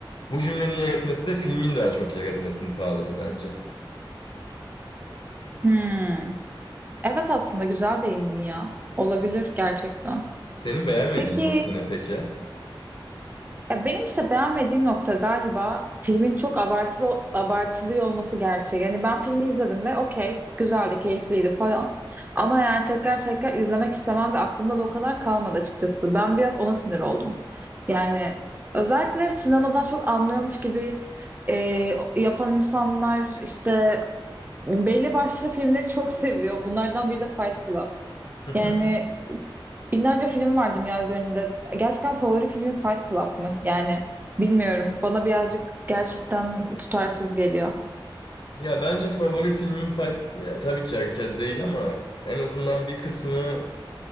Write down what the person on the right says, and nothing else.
Hmm. Evet aslında güzel değindin ya. Olabilir gerçekten.
Peki
Ya benim işte beğenmediğim nokta galiba filmin çok abartılı abartılıyor olması gerçeği. Yani ben filmi izledim ve okey güzeldi, keyifliydi falan. Ama yani tekrar tekrar izlemek istemem ve aklımda da o kadar kalmadı açıkçası. Ben biraz ona sinir oldum. Yani özellikle sinemadan çok anlıyormuş gibi e, yapan insanlar işte belli başlı filmleri çok seviyor. Bunlardan biri de Fight Club.
Yani Binlerce film var dünya üzerinde. Gerçekten favori filmin Fight Club mı? Yani bilmiyorum. Bana birazcık gerçekten tutarsız geliyor.